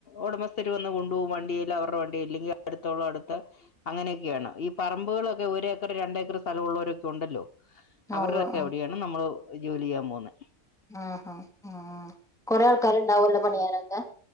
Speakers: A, on the left; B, in the centre.
A: ഒടമസ്ഥര് വന്ന് കൊണ്ടുപോകും വണ്ട് <unintelligible> അവരുടെവണ്ടി ഇല്ലെങ്കി അടുത്തുള്ള അടുത്ത് അങ്ങനെയൊക്കെയാണ് ഈപറമ്പുകളൊക്കെ ഒരേ രണ്ടേക്കർ സ്ഥലവുള്ളൊരു ഇതുണ്ടല്ലോ
B: ആഹ്
A: അവരുടെക്കെയവിടെയാണ്
B: ഉവ്വ് ആഹ്
A: നമ്മള് ജോലിചെയ്യാൻ പോകുന്നെ
B: ആഹ് ആഹാ ആഹ് കൊറേ ആൾക്കാര്ണ്ടാവൊല്ലോ പണിയാനൊക്കെ